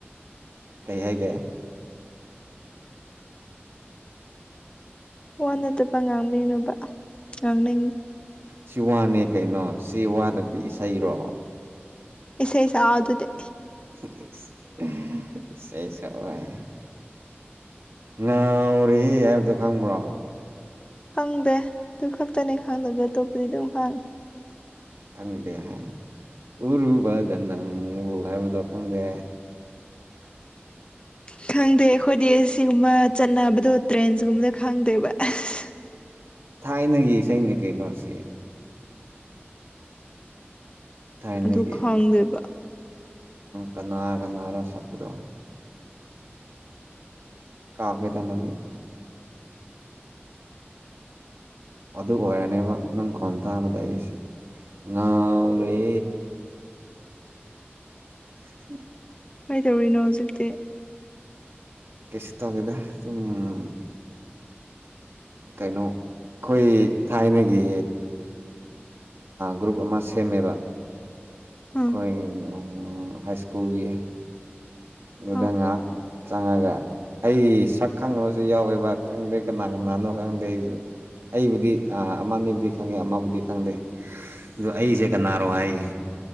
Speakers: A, on the right (about 75°); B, on the left (about 25°).
A: ꯀꯩ ꯍꯥꯏꯒꯦ
B: ꯋꯥ ꯅꯠꯇꯕ ꯉꯥꯡꯕꯤꯅꯣꯕ ꯉꯥꯡꯅꯤꯡ
A: ꯁꯤ ꯋꯥꯅꯦ ꯀꯩꯅꯣ ꯁꯤ ꯋꯥꯔꯗꯤ ꯏꯁꯩꯔꯣ
B: ꯌꯦꯁ ꯌꯦꯁꯥꯎꯗꯗꯤꯦ
A: ꯐꯁ ꯏꯁꯩ ꯁꯛꯑꯣꯏ ꯉꯥꯎꯔꯦ ꯍꯥꯏꯕꯗꯣ ꯈꯪꯕ꯭ꯔꯣ
B: ꯈꯪꯗꯦ ꯑꯗꯨ ꯈꯛꯇꯅꯦ ꯈꯪꯗꯕ ꯑꯇꯣꯞꯄꯗꯤ ꯑꯗꯨꯝ ꯍꯥꯡꯉꯤ
A: ꯈꯪꯗꯦ ꯍꯥꯏ ꯎꯔꯨꯕꯗ ꯅꯪꯕꯨ ꯍꯥꯏꯕꯗꯣ ꯈꯪꯗꯦ
B: ꯈꯪꯗꯦ ꯑꯩꯈꯣꯏꯗꯤ ꯁꯤꯒꯨꯝꯕ ꯆꯠꯅꯕꯗꯣ ꯇ꯭ꯔꯦꯟꯁꯒꯨꯝꯕꯗ ꯈꯪꯗꯦꯕ ꯑꯁ
A: ꯊꯥꯏꯅꯒꯤ ꯏꯁꯅꯤ ꯀꯩꯅꯣꯁꯦ ꯊꯥꯏꯅꯒꯤ
B: ꯑꯗꯨ ꯈꯪꯗꯦꯕ
A: ꯀꯅꯥ ꯀꯅꯥꯔꯣ ꯁꯛꯄꯗꯣ ꯀꯥꯎ ꯈꯔꯦꯗꯥ ꯃꯃꯤꯡ ꯑꯗꯨ ꯑꯣꯏꯔꯅꯦꯕ ꯅꯪ ꯈꯣꯟ ꯇꯥꯕꯗ ꯑꯩꯁꯦ ꯉꯥꯎꯔꯦ <inaudible>
B: ꯀꯃꯩꯗꯧꯔꯤꯅꯣ ꯍꯧꯖꯤꯛꯇꯤ
A: ꯀꯩꯁꯨ ꯇꯧꯗ ꯗꯥ ꯑꯗꯨꯝ ꯀꯩꯅꯣ ꯑꯩꯈꯣꯏ ꯊꯥꯏꯅꯒꯤ ꯒ꯭ꯔꯨꯞ ꯑꯃ ꯁꯦꯝꯃꯦꯕ
B: ꯑꯥ
A: ꯑꯩꯈꯣꯏ ꯍꯥꯏ ꯁ꯭ꯀꯨꯜꯒꯤ ꯂꯗꯨꯗꯥꯛ
B: ꯑꯥ
A: ꯆꯪꯉꯒ ꯑꯩ ꯁꯛ ꯈꯪꯕꯁꯨ ꯌꯥꯎꯋꯦꯕ ꯈꯪꯗꯦ ꯀꯅꯥ ꯀꯅꯥꯅꯣ ꯈꯪꯗꯦ ꯑꯩꯁꯨ ꯑꯩꯕꯨꯗꯤ ꯑꯃꯕꯨꯗꯤ ꯈꯪꯉꯦ ꯑꯃꯕꯨꯗꯤ ꯈꯪꯗꯦ ꯑꯗꯨ ꯑꯩꯁꯦ ꯀꯅꯥꯅꯣ ꯍꯥꯏꯌꯦ